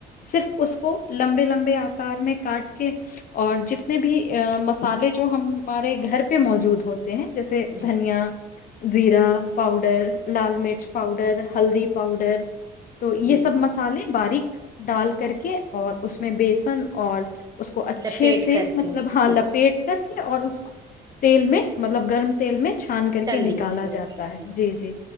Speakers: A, on the left; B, on the right.
A: صرف اس کو لمبے لمبے آکار میں کاٹ کے اور جتنے بھی مسالے جو ہمارے گھر پہ موجود ہوتے ہیں جیسے
B: جی
A: دھنیا زیرا پا پر لال مرچ پاؤڈر ہلدی پاؤڈر تو یہ
B: جی
A: سب مسالے باریک ڈال کر کے اور اس میں بیسن اور اس کو اچھے
B: لپیٹ
A: سے
B: کر
A: مطلب
B: کے جی
A: ہاں لپیٹ کر اور اس کو تیل میں مطلب گرم تیل میں چ چھان کر
B: تل
A: کے نکالا
B: دیا جی
A: جاتا ہے
B: جی
A: جی جی